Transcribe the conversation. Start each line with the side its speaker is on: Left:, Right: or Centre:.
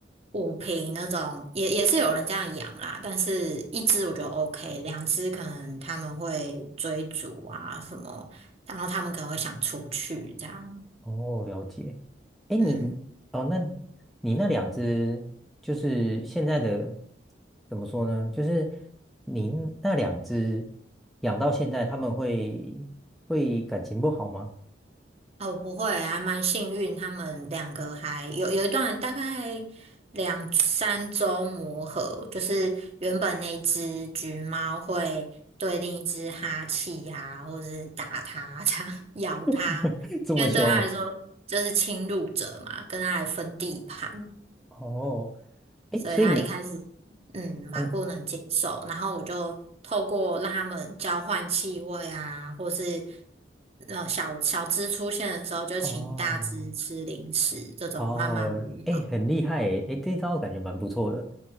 Right: 五瓶那种，也也是有人这样养啦，但是一只我觉得 OK，两只可能他们会追逐啊什么，然后他们可能会想出去这样，
Centre: 哦，了解。哎，你
Right: 嗯。
Centre: 哦，那你那两只就是现在的怎么说呢？就是你那两只养到现在，他们会会感情不好吗？
Right: 哦，不会，还蛮幸运，他们两个还有有一段大概两三周磨合，就是原本那只橘猫会对另一只哈气呀、或是打它、<laughs> 这样咬它，
Centre: <laughs> 这么凶哦？
Right: 因为对它来说就是侵入者嘛，跟它来分地盘。
Centre: 哦，哎，
Right: 所以他一开始
Centre: 所以你
Right: 嗯蛮不能接受，
Centre: 嗯、
Right: 然后我就透过让他们交换气味啊，或是呃小小只出现的时候就请大只吃零食，
Centre: 呃哦
Right: 这种慢慢磨合
Centre: 哦，哎，很厉害哎，哎，这招感觉蛮不错的。